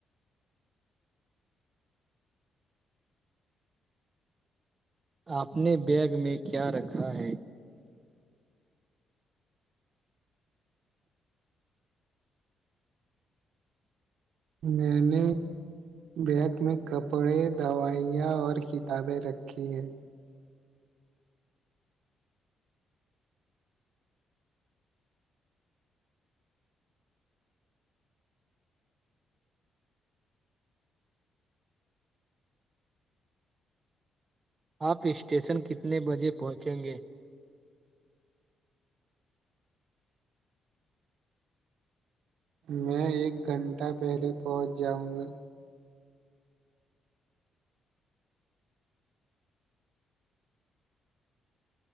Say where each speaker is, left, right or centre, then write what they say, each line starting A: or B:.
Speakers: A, on the right; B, on the right.
A: آپ نے بیگ میں کیا رکھا ہے
B: میں نے بیگ میں کپڑے دوائیاں اور کتابیں رکھی ہے
A: آپ اسٹیشن کتنے بجے پہنچیں گے
B: میں ایک گھنٹہ پہلے پہنچ جاؤں گا